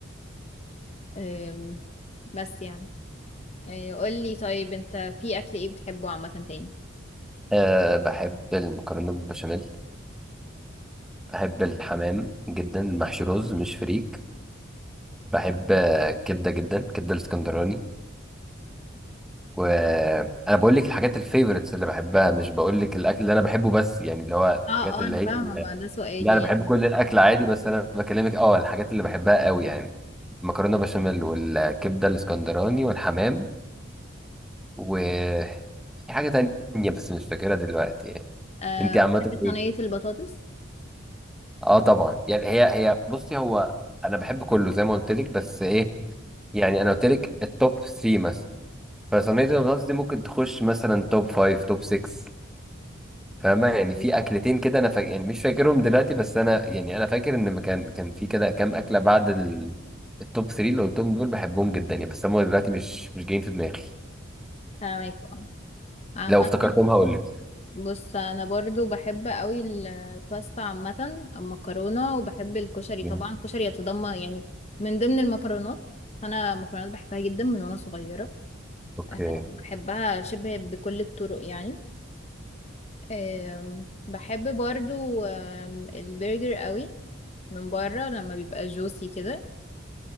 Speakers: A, on the left; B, in the centre.
A: آم، بس يعني آه، قولي طيب انت في اكل ايه بتحبه عامة تاني
B: أه بحب المكرونة بالبشاميل بحب الحمام جدا محشي رز مش فريك بحب آه، كبدة جدا كبدة الاسكندراني وانا بقول لك الحاجات الفيفوريتس اللي بحبها مش بقول لك الاكل اللي انا بحبه بس يعني اللي هو الحاجات
A: اه اه
B: اللي
A: انا
B: هي
A: فاهمة ما ده سؤالي
B: لا انا
A: يعني
B: بحب كل الاكل عادي بس انا بكلمك اه الحاجات اللي بحبها قوي يعني المكرونه بشاميل والكبده الاسكندراني والحمام و في حاجه تانية بس مش فاكرها دلوقتي يعني
A: أه
B: انت عامه
A: بتحبي
B: ايه
A: صينية البطاطس؟
B: اه طبعا يعني هي هي بصي هو انا بحب كله زي ما قلت لك بس ايه يعني انا قلت لك التوب 3 مثلا فصينيه البطاطس دي ممكن تخش مثلا توب 5 توب 6 فاهمة يعني
A: مم.
B: في أكلتين كده أنا فاكر يعني مش فاكرهم دلوقتي بس أنا يعني أنا فاكر إن ما كان كان في كده كام أكلة بعد ال... التوب 3 اللي قلتهم دول بحبهم جدا يعني بس هم دلوقتي مش مش جايين في دماغي
A: فاهمك عامة
B: لو افتكرتهم هقول لك
A: بص انا برضو بحب قوي الباستا عامة المكرونة وبحب الكشري
B: جامد.
A: طبعا الكشري يتضمن يعني من ضمن المكرونات انا مكرونات بحبها جدا من وانا صغيرة
B: أوكي
A: أه بحبها شبه بكل الطرق يعني أم، بحب برضو أم، البرجر قوي من بره لما بيبقى جوسي كده